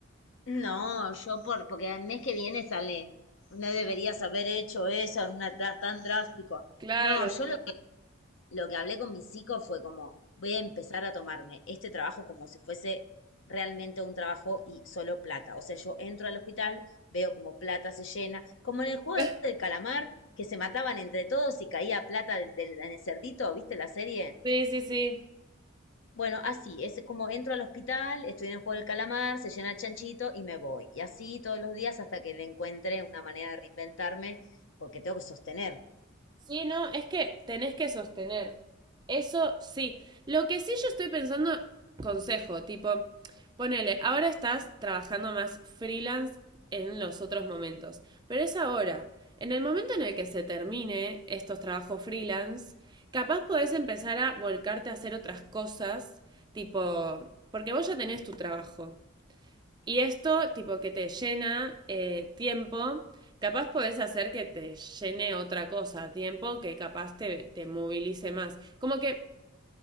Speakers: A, on the left (about 65°); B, on the right (about 20°).
A: No, yo por, porque el mes que viene sale. No deberías haber hecho eso, una, ta- tan drástico.
B: Claro.
A: No, yo lo que, lo que hablé con mi psico fue como, voy a empezar a tomarme este trabajo como si fuese realmente un trabajo y solo plata. O sea, yo entro al hospital, veo como plata se llena, como en el juego
B: <laughs>
A: del calamar, que se mataban entre todos y caía plata del, del- en el cerdito, ¿viste la serie?
B: Sí, sí, sí.
A: Bueno, así, es como entro al hospital, estoy en el juego del calamar, se llena el chanchito y me voy. Y así todos los días hasta que le encuentre una manera de reinventarme, porque tengo que sostener.
B: Sí, no, es que tenés que sostener. Eso sí. Lo que sí yo estoy pensando, consejo, tipo, ponele, ahora estás trabajando más freelance en los otros momentos, pero es ahora. En el momento en el que se termine estos trabajos freelance, capaz podés empezar a volcarte a hacer otras cosas, tipo, porque vos ya tenés tu trabajo. Y esto, tipo, que te llena eh, tiempo, capaz podés hacer que te llene otra cosa, tiempo que capaz te, te movilice más. Como que,